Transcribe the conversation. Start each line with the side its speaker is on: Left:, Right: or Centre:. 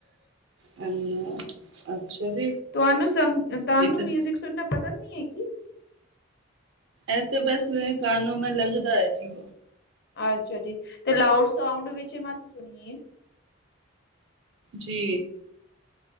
Right: ਹਾਂਜੀ ਹਾ। ਅੱਛਾ ਜੀ।
Left: ਤੁਹਾਨੂੰ ਸੰ ਤੁਹਾਨੂੰ
Right: ਇਹ ਤਾਂ
Left: ਮਿਊਜਿਕ ਸੁਣਨਾ ਪਸੰਦ ਨੀ ਹੈ ਕਿ।
Right: ਇਹ ਤਾਂ ਬਸ ਕਾਨੋ ਮੈਂ ਲੱਗਦਾ ਹੈ ਜੀ।
Left: ਅੱਛਾ ਜੀ ਤੇ ਲਾਊਡ ਸਾਊਂਡ ਵਿੱਚ ਮਤ ਸੁਣੀਏ।
Right: ਜੀ।